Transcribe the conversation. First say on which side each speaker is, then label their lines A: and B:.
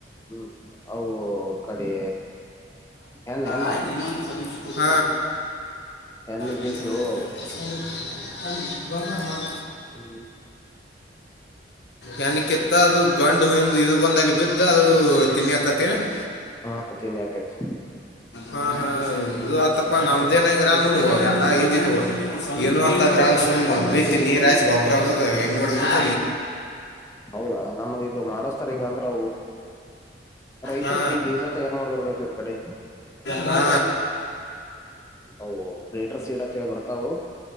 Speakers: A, on the left; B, on the left.
A: ಹ್ಮ್ ಅವು ಕಡೆ ಹೆನ್ ಹೆನ್ನ
B: ಆಯ್ತು ಇನ್ನೊ ಒಂದು ಇಪ್ಪತ್ತು
A: ಹೆನ್ ಇದ
B: ನಿಮ
A: ಕೇಳುವ ಅವು
B: ಹ್ಮ್ ಹ ಬ ಅ ಗಂದರ್ ಮಾಡ
A: ಹ್ಮ್
B: ಯನ ಕಿತ್ತ ಅದು ಗಂಡು ಹಿಂದ್ ಇದು ಬಂದ ಅಲ್ಲಿ ಬಿದ್ದ ಅದು ತಿನ್ನಿಾಕತ್ತಿನ <inaudible>
A: ಹಾ ತಿನ್ನಿ ಆಕೈತಿ
B: ಹಾ ಹಾ ಇದು ಆತ್ತಪ್ಪಾ ನಮ್ದೇನಂಗ್ರಲ್ ನೋಡುವ ಎಲ್ಲಾ ಇದಿದವ ಏನು ಅಂತದ್ರಲ್ ಸುಮ್ ಪ್ರೀತಿ ನೀರ್ಾಿ ಬೊಬ್ರಗ ಎಣ್ಣ ಹೊಡ್ದ್ ಬಿಟ್ಟ
A: ಹೌ ನಮಗ ಇದು ಮಾಡಸ್ತಾರ್ ಹಿಂಗ ಅಂದ್ರ ರೈತರ್ರಿಗೆ
B: ಹಾ
A: ಬೀಜ ತಯಾರಾರ್ ಮಾಡ್ದರ್ತತಿ ಇ್ರ ಕಡೆ
B: ಹಾ
A: ಹ ಗ್ರೇಟರ್ ಸೀಡ್ ಹ ಬತ್ತೆ ತಾವು